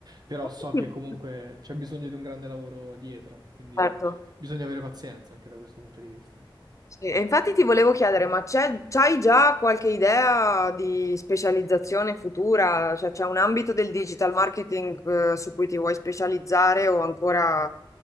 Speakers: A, on the right; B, on the left.
A: Però
B: <laughs>
A: so che comunque c'è bisogno di un grande lavoro dietro, quindi
B: Certo.
A: bisogna avere pazienza anche da questo punto di vista.
B: Sì, e infatti ti volevo chiedere, ma c'è, c'hai già qualche idea di specializzazione futura? Cioè, c'è un ambito del digital marketing, eh, su cui ti vuoi specializzare o ancora